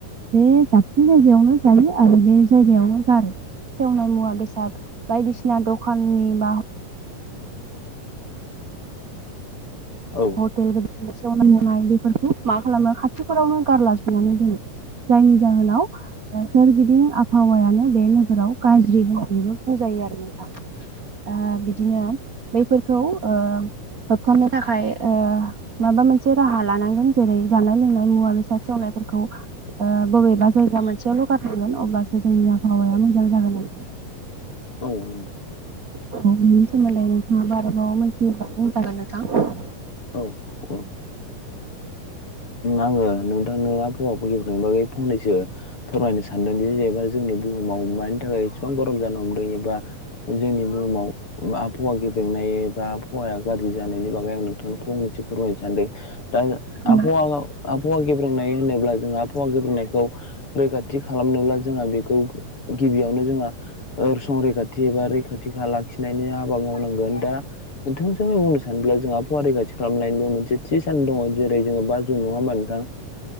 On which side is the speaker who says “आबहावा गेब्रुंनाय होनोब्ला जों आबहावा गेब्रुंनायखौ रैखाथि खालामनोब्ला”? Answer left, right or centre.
Left